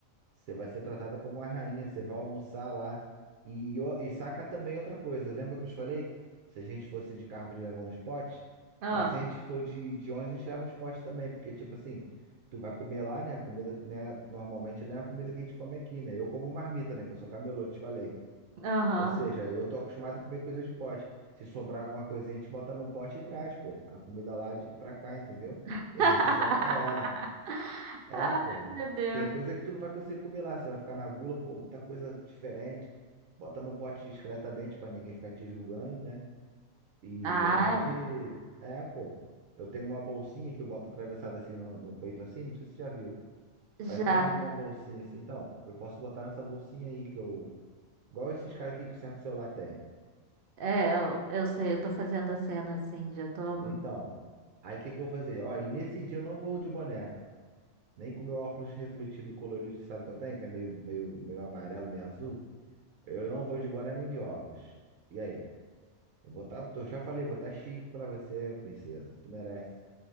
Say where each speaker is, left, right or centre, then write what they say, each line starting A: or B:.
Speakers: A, on the right; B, on the right.
A: você vai ser tratada como uma rainha, você vai almoçar lá. E, e, o- e saca também outra coisa, lembra que eu te falei? Se a gente fosse de carro, podia levar uns potes,
B: Ah,
A: mas se a gente for de, de ônibus, a gente leva uns potes também, porque, tipo assim, tu vai comer lá, né? A comida, né? Normalmente não é a comida que a gente come aqui, né? Eu como marmita, né? Que eu sou camelô, te falei.
B: aham.
A: Ou seja, eu tô acostumado a comer coisa de pote. Se sobrar alguma coisinha, a gente bota no pote e traz, pô. A comida lá de pra cá, entendeu?
B: <laughs>
A: E a gente janta ela. É,
B: Ai,
A: pô.
B: meu Deus.
A: Tem coisa que tu não vai conseguir comer lá. Você vai ficar na gula, pô, muita coisa diferente. Bota no pote discretamente pra ninguém ficar te julgando, né? E
B: Ah,
A: a gente. É, pô. Eu tenho uma bolsinha que eu boto atravessada assim no, no peito, assim. Não sei se você já viu.
B: já.
A: Parece até uma, uma bolsinha assim. Então, eu posso botar nessa bolsinha aí que eu. Igual esses caras aqui que o certo celular tem.
B: É, eu, eu sei, eu tô fazendo a cena assim, já tô.
A: Então, aí o que que eu vou fazer? Ó, e nesse dia eu não vou de boné, nem com meu óculos refletido colorido, que sabe que eu tenho, que é meio, meio, meio amarelo, meio azul. Eu não vou de boné nem de óculos. E aí? Eu vou estar, eu já falei, eu vou estar chique pra você, princesa. Tu merece.